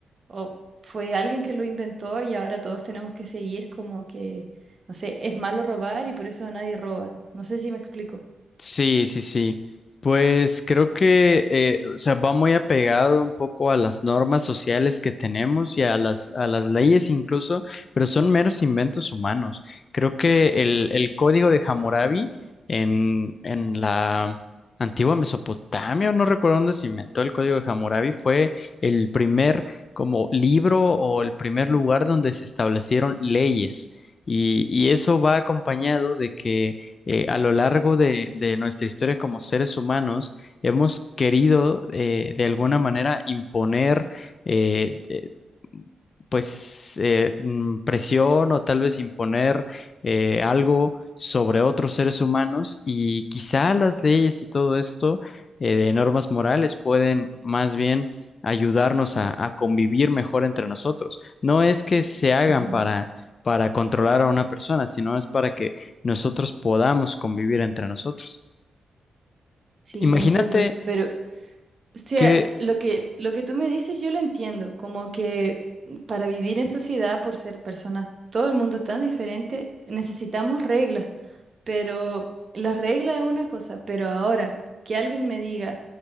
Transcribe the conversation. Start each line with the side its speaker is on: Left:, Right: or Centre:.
Right: o fue alguien que lo inventó y ahora todos tenemos que seguir como que, no sé, es malo robar y por eso nadie roba? No sé si me explico.
Left: Sí, sí, sí. Pues creo que, eh, o sea, va muy apegado un poco a las normas sociales que tenemos y a las, a las leyes incluso, pero son meros inventos humanos. Creo que el, el código de Hammurabi en, en la antigua Mesopotamia, o no recuerdo dónde se inventó el código de Hammurabi, fue el primer como libro o el primer lugar donde se establecieron leyes. Y, y eso va acompañado de que eh, a lo largo de, de nuestra historia como seres humanos hemos querido eh, de alguna manera imponer eh, eh, pues eh, mm, presión o tal vez imponer eh, algo sobre otros seres humanos y quizá las leyes y todo esto eh, de normas morales pueden más bien ayudarnos a, a convivir mejor entre nosotros. No es que se hagan
Right: Ujú.
Left: para, para controlar a una persona, sino es para que nosotros podamos convivir entre nosotros.
Right: Sí,
Left: Imagínate
Right: entiendo. Pero O sea,
Left: que,
Right: lo que, lo que tú me dices yo lo entiendo, como que para vivir en sociedad, por ser personas, todo el mundo tan diferente, necesitamos reglas, pero la regla es una cosa, pero ahora que alguien me diga